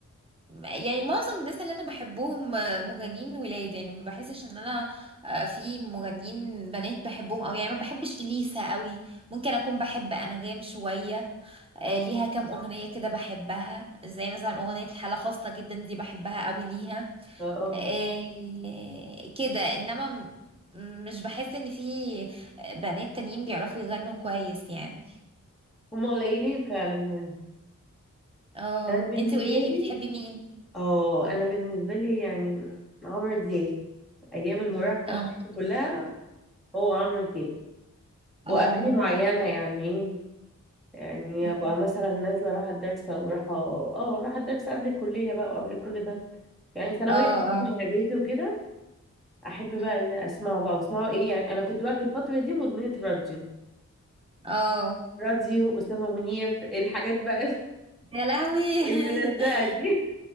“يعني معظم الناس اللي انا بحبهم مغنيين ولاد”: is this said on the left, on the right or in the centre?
Right